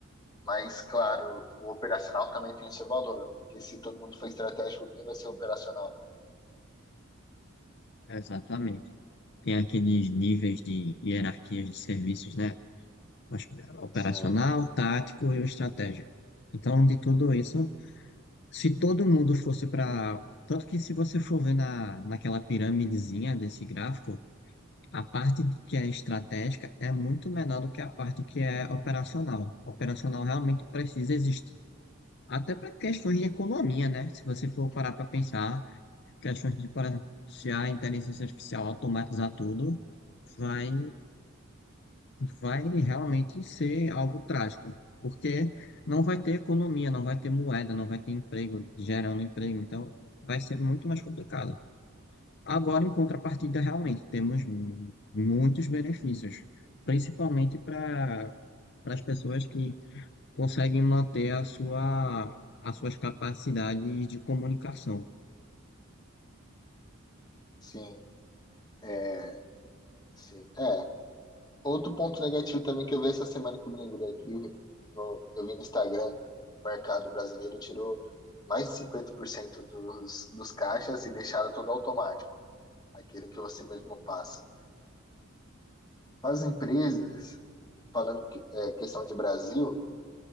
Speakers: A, on the left; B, on the left.
A: Mas, claro, o operacional também tem seu valor, porque se todo mundo for estratégico, quem vai ser operacional?
B: Exatamente. Tem aqueles níveis de hierarquias de serviços, né? Mas, Operacional,
A: Sim,
B: tático e o estratégico. Então, de tudo isso, se todo mundo fosse para. Tanto que se você for ver na, naquela pirâmidezinha desse gráfico, A parte de- que é estratégica é muito menor do que a parte que é operacional. Operacional realmente precisa existir. Até para questões de economia, né? Se você for parar para pensar, questões de, por exemplo, se a inteligência artificial automatizar tudo, vai, vai realmente ser algo trágico. Porque não vai ter economia, não vai ter moeda, não vai ter emprego, gerando emprego. Então, vai ser muito mais complicado. Agora, em contrapartida, realmente temos mu- muitos benefícios, principalmente para as pessoas que conseguem manter a sua, as suas capacidades de comunicação.
A: sim, é, sim, é. Outro ponto negativo também que eu vi essa semana que eu me lembrei aqui, no- eu vi no Instagram, o mercado brasileiro tirou mais de 50% dos, dos caixas e deixaram tudo automático, aquele que você mesmo passa. As empresas, falando que, é, questão de Brasil,